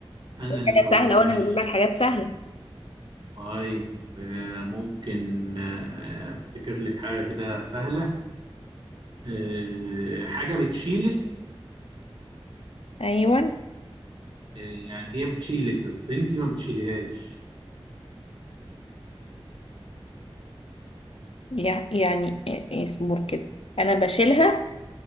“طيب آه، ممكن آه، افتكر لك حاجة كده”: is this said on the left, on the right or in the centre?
Right